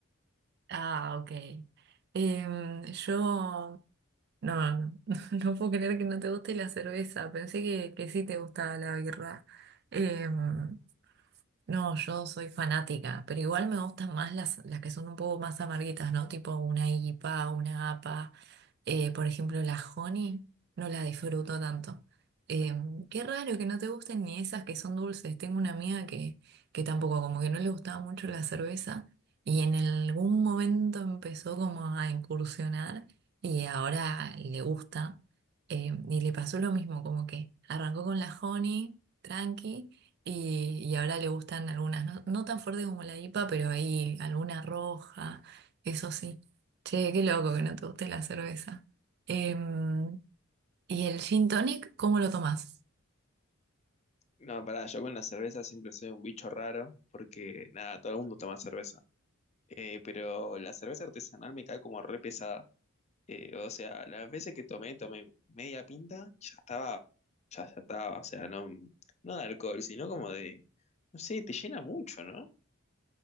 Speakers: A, on the right (about 50°); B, on the left (about 30°).
A: Ah, ok. Em, yo, no, no, <laughs> no puedo creer que no te guste la cerveza. Pensé que, que sí te gustaba la birra. Em, No, yo soy fanática, pero igual me gustan más las, las que son un poco más amarguitas, ¿no? Tipo una IPA, una APA. Eh, por ejemplo, la Honey no la disfruto tanto. Eh, qué raro que no te gusten ni esas que son dulces. Tengo una amiga que, que tampoco, como que no le gustaba mucho la cerveza y en algún momento empezó como a incursionar y ahora le gusta. Eh, y le pasó lo mismo, como que arrancó con la Honey, tranqui. Y, y ahora le gustan algunas, no, no tan fuerte como la IPA, pero ahí alguna roja, eso sí. Che, qué loco que no te guste la cerveza. Em, ¿y el gin tonic, cómo lo tomás?
B: No, pará, yo con la cerveza siempre soy un bicho raro, porque nada, todo el mundo toma cerveza. Eh, pero la cerveza artesanal me cae como re pesada. Eh, o sea, las veces que tomé, tomé media pinta, ya estaba, ya, ya estaba, o sea, no, no de alcohol, sino como de, no sé, te llena mucho, ¿no?